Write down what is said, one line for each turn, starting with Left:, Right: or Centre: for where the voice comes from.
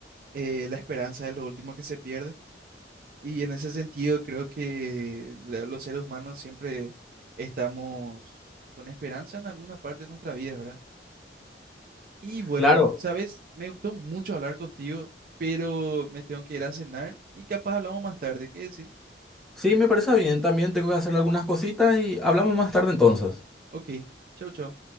Right: eh, la esperanza es lo último que se pierde. Y en ese sentido creo que la- los seres humanos siempre estamos con esperanza en alguna parte de nuestra vida, ¿verdad? Y bueno,
Centre: Claro,
Right: sabes, me gustó mucho hablar contigo, pero me tengo que ir a cenar y capaz hablamos más tarde. ¿Qué decís?
Centre: sí, me parece bien. También tengo que hacer algunas cositas y hablamos más tarde entonces.
Right: Ok, chau, chau.